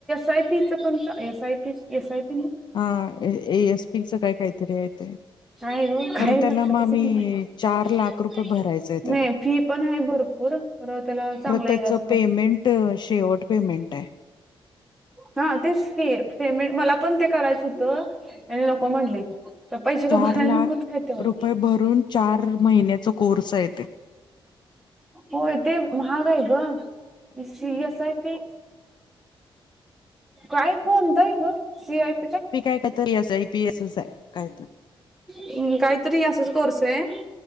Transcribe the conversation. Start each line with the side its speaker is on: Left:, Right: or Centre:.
Centre: आय पीच पण च S I P S I P नाही
Left: हा ए एस पीच काय काहीतरी आहे ते
Centre: का ग काही
Left: खरं त्याला
Centre: लक्षात
Left: मग आम्ही
Centre: नाही
Left: चार
Centre: फी
Left: लाख रुपये भरायचे आहेत.
Centre: पण फी पण हाय भरपूर पण त्याला चांगला
Left: त्याच
Centre: आहे ग असं
Left: पेमेंट शेवट पेमेंट आहे.
Centre: हा तेच की पेमेंट मला पण ते करायचं होतं ह्यांनी नको म्हणले पैसे
Left: चार
Centre: तर भरायला
Left: लाख
Centre: नकोत का तेवढ
Left: रुपये भरून चार महिन्याचा कोर्स आहे ते
Centre: होय ते महाग आहे ग सी एस आय पी काय कोणतय ग सी आय पी
Left: ती काय तर P S I P S I आहे काय
Centre: हम् काहीतरी असंच कोर्स आहे.